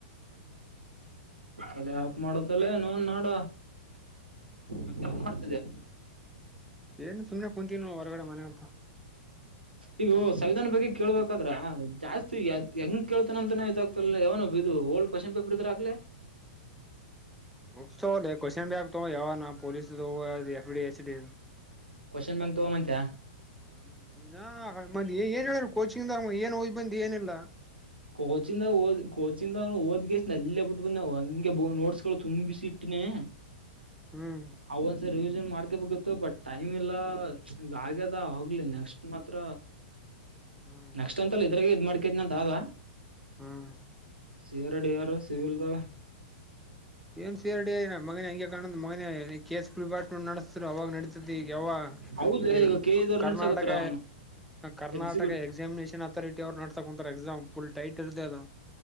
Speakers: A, on the right; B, in the centre.
A: ಅಲೆ ಆಪ್ ಮಾಡುದಲ್ಲ ನಾನ್ ನಾಡ ಮತ್ತೆ ಏನ್ ಮಾಡ್ತಿದೆ
B: ಏನ್ ಸುಮನೆ ಕುಂತೀನ ಹೊರಗಡೆ ಮನೆ ಅಂತ
A: ಈಗ ಸಂವಿಧಾನ ಬಗ್ಗೆ ಕೇಳ್ಬೇಕಾದ್ರ ಜಾಸ್ತಿ ಯ ಹೆಂಗ ಕೇಳ್ತಾನಂತನ ಇದಾಗ ಲ್ಲ ಯಾವನ ಇದು ಓಲ್ಡ್ ಕ್ವಶನ್ ಪೇಪರ್ ಇದ್ರ ಆಗ್ಲ
B: ಬುಕ್ಸ್ ಕ್ವನ್ ಬ್ಯಾಗ್ ತ ಯಾವ ಪೊಸ್ ಎಫ ಡಿ ಎಚ್ಡಿ
A: ಕೊಶನ್ <unintelligible> ತಗೋಬಂತಿಯ
B: ಹ್ಮ್ ನೀ ಏನ್ ಹೇಳರು ಕೋಚಿಂಗಂದ ಏನ್ ಓದ್ ಬಂದ ಏನಲ್ಲಾ
A: ಕೋಚಿಂದ ಓದ್ ಕೋಚಿಂದ ಓದ್ಗೆ ಎಲ್ಲ ಬಿಟ್ಟು ಬಂದವು ಹಂಗೆ ನೋಟ್ಸ್ ಗಳು ತುಂಬಿಸಿ ಇಟ್ಟ <unintelligible>
B: ಹ್ಮ್
A: ಹ ಒಂದ್ಸರಿ ಮಾಡ್ಕಬೇಕಿತ್ತು ಬಟ್ ಟೈಮ್ ಇಲ್ಲ ಈಗ ಆಗ್ಯದ ಹೋಗ್ಲಿ ನೆಕ್ಸ್ಟ್ ಮಾತ್ರ
B: ಹ್ಮ್
A: ನೆಕ್ಸ್ಟ್ ಅಂತಲ್ಲ ಇದ್ರಾಗ ಇದ್ ಮಾಡ್ಕಿದ್ನ ಅಂತ ಆಗ
B: ಹ್ಮ್
A: ಸಿಆರೋ ಡಿಯಾರು ಸಿವಿಲ್ದ
B: ಎಂ ಸಿ ಆರ್ ಡಿ ಮಗನ ಹಂಗೆ ಕಾಣಂದ್ ಮಗನ ಕಸ್ ನಡೆಸ್ತರು ಅವಾಗ ನಡಿತತಿ ಯಾವ
A: ಹೌದ
B: ಇ
A: ಈಗ ಕೆ ಇದವ್ರು
B: ಕರ್ನಾಟಕ
A: ನಡ್ಸಕತ್ತಾರ ಅವನು
B: ಕರ್ನಾಟಕ
A: ಎಕ್ಸಿಕ್ಯೂಟ್
B: ಎಕ್ಸಾಮಿನೇಷನ್ ಅಥಾರಿಟಿ ಅವ್ರು ನಡತ ಕುಂತಾರೆ ಎಕ್ಸಾಮ್ ಫುಲ್ ಟೈಟ್ ಇರ್ದೆ ಅದು